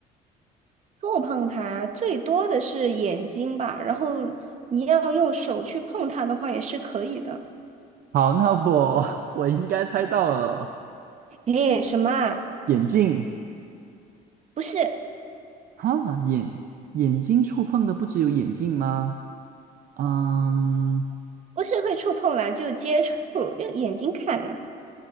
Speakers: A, on the right; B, on the right.
A: 触碰它最多的是眼睛吧，然后你要用手去碰它的话也是可以的。
B: 好，那我 <laughs> 我应该猜到了。
A: 诶，什么啊？
B: 眼镜，
A: 不是，
B: 哈，眼眼睛触碰的不只有眼镜吗？嗯
A: 不是会触碰啦，就接触，用眼睛看呢、